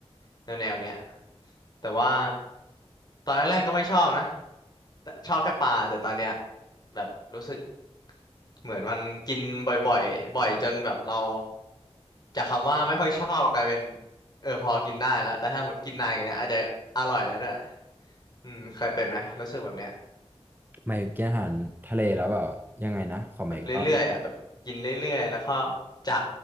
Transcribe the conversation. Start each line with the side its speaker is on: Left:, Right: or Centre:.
Left: แนวแนวเนี้ยแต่ว่าตอนแรกๆก็ไม่ชอบนะแต่ชอบแค่ปลาแต่ตอนเนี้ยแบบรู้สึกเหมือนมันกินบ่อยๆบ่อยจนแบบเราจากคำว่าไม่ค่อยชอบกลายเป็นเออพอกินได้แล้วแต่ถ้าหมดกินนานอย่างเงี้ยอาจจะอร่อยแล้วด้วยอืมเคยเป็นไหมรู้สึกแบบเนี้ย
Right: หมายถึงกินอาหารทะเลแล้วแบบว่ายังไงนะขอใหม่อีกรอบ
Left: แบบเรื่อยๆอ่ะแบบกินเรื่อยๆ แล้วก็จาก